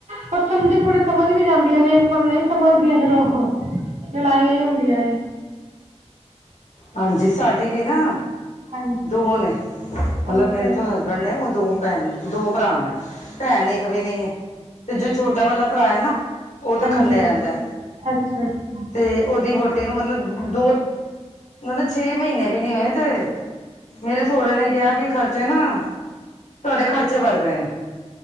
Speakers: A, on the right; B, on the left.
A: ਪਰ ਸਮਝਣ ਮੁੜੇ ਸਮਝ ਵੀ ਜਾਂਦੀਆਂ ਨੇ ਪਰ ਨਹੀਂ ਸਮਝਦੀਆਂ ਫੇਰ ਉਹ ਲੜਾਈਆਂ ਈ ਹੁੰਦੀਆਂ ਨੇ
B: ਹਾਂਜੀ ਸਾਡੀ ਵੀ ਨਾ
A: ਹਾਂਜੀ
B: ਦੋ ਨੇ ਮਤਲਬ
A: ਅੱਛਾ
B: ਮੇਰੇ
A: ਅੱਛਾ
B: ਜੋ ਹਸਬੈਂਡ ਨੇ ਉਹ ਦੋ ਭੈਣ ਦੋ ਭਰਾ ਨੇ ਭੈਣ
A: ਅੱਛਾ
B: ਇੱਕ
A: ਅੱਛਾ,
B: ਵੀ ਨਹੀਂ ਹੈ ਤੇ ਛੋਟਾ ਵਾਲਾ ਭਰਾ ਹੈ ਨਾ ਉਹ ਤਾਂ
A: ਹਾਂਜੀ
B: ਖੰਨੇ ਰਹਿੰਦਾ
A: ਅੱਛਾ ਅੱਛਾ ਹਾਂਜੀ
B: ਤੇ ਉਹਦੀ ਵ ਤੈਨੂੰ ਮਤਲਬ ਦੋ ਮਤਲਬ ਛੇ ਮਹੀਨੇ ਵੀ ਨੀ ਹੋਏ ਤੇ ਮੇਰੇ ਸਹੁਰੇ ਨੇ ਕਿਹਾ ਕਿ ਖਰਚੇ ਨਾ ਤੁਹਾਡੇ ਖਰਚੇ ਵੱਧ ਗਏ ਨੇ